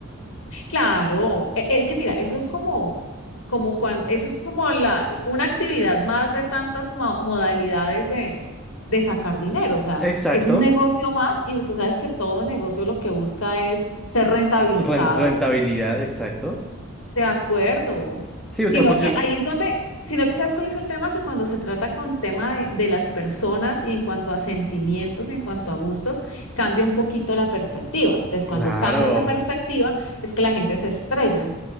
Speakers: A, on the left; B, in the centre.
A: claro. E- Es que mira, eso es como, como cuando, eso es como la, una actividad más de tantas mo- modalidades de, de sacar dinero. O sea,
B: Exacto,
A: es un negocio más y tú sabes que todo negocio lo que busca es ser rentabilizado.
B: ren- rentabilidad, exacto.
A: De acuerdo.
B: Sí, o
A: Sino
B: sea, funciona.
A: que ahí es donde, sino que sabes cuál es el tema, que cuando se trata con tema de, de las personas y en cuanto a sentimientos, en cuanto a gustos, cambia un poquito la perspectiva. Entonces,
B: Claro,
A: cuando cambia esa perspectiva, es que la gente se estrella.